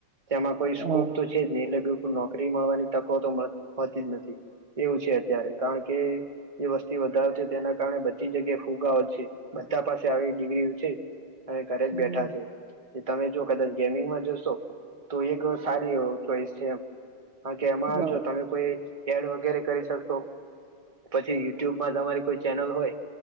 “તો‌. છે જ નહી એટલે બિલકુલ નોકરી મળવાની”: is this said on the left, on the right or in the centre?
Right